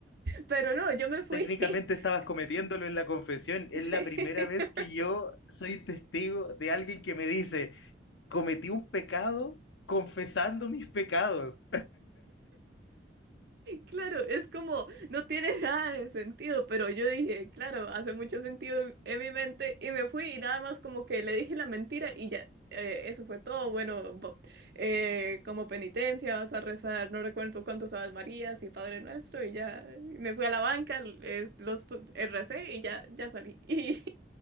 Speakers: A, on the right; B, on the left.
A: Pero no, yo me fui.
B: técnicamente estabas
A: <laughs>
B: cometiéndolo en la confesión. Es
A: Sí,
B: la primera
A: <laughs>
B: vez que yo soy testigo de alguien que me dice, cometí un pecado confesando mis pecados.
A: claro, es como, no tiene <laughs> nada de sentido, pero yo dije, claro, hace mucho sentido en mi mente y me fui y nada más como que le dije la mentira y ya, eh, eso fue todo. Bueno, bo- eh, como penitencia vas a rezar, no recuerdo cuántos Aves Marías y Padre Nuestro y ya, y me fui a la banca, l- es- los pu- eh, recé y ya, ya salí. <laughs> Y,